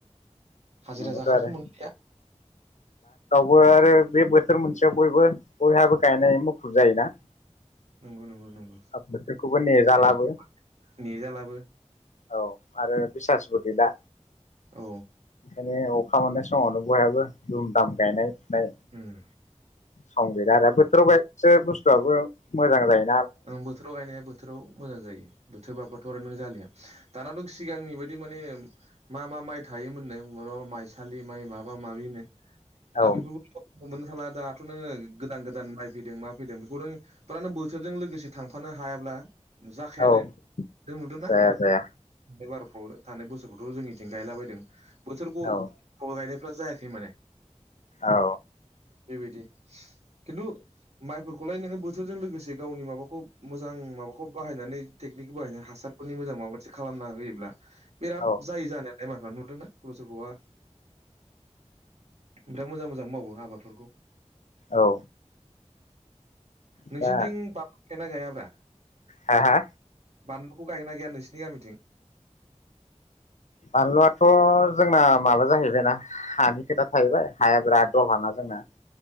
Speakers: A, on the right (about 65°); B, on the left (about 85°).
A: हाजिरा
B: नंगौथ'
A: जाग्राखौ
B: आरो
A: मोनलिया
B: <inaudible> आरो बे बोथोर मोनसेयाव बयबो बयहाबो गायनाय मुखुब जायोना
A: नंगौ नंगौ नंगौ
B: बोथोरखौबो नेजालाबो
A: ए नेजालाबो।
B: औ आरो बिसासबो गैला
A: औ
B: ओंखायनो अखा मोननाय स मावनो बयहाबो दुम दाम गायनाय फुनाय
A: उम
B: सम गैला आरो बोथोराव गाय बासो बुस्थुआबो मोजां जायो।
A: ओं बोथोराव गायनाया बोथोराव मोजां जायो बोथोर बारबाथ' आरो नों जालिया। दानाथ' सिगांनि बायदि माने मा मा माइ थायोमोननो माइसालि माइ माबा माबिनो
B: औ
A: दा बेफोरखौ मोननो थांला दा थ' नोङो गोदान गोदान माय फैदों मा फैदों बेखौ नों फुरा नों बोथोरजों लोगोसे थांफानो हायाब्ला‌ जाखायानो
B: औ
A: नुदोंना
B: जाया जाया
A: एबार थांनाय बोसोरखौथ' जोंनिथिं गायला बायदों बोथोर गदाय
B: औ
A: गायनायफ्रा जायाखै माने
B: औ।
A: बेबायदि खिन्थु माइफोरखौलाय नोङो बोथोरजों लोगोसे गावनि माबाखौ मोजां माबाखौ बाहायनानै टेकनिकखौ बाहायनानै हासारफोरनि मोजां माबा मोनसे खालामना होयोब्ला बिराद
B: औ
A: जायो जानायालाय मायफ्रा नुदोंना सोरबा सोरखौबा बिराद मोजां मोजां मावो आबादफोरखौ।
B: औ।
A: नोंसिनिथिं
B: दा
A: बामलु गायना गायाब्रा?
B: हा हा?
A: बानलुखौ गायगोना गैया नोंसिनि गामिथिं?
B: बानलुआथ' जोंना माबा जाहैबायना हानि खोथा थाहैबाय हाया बिराद दलहाना जोंना।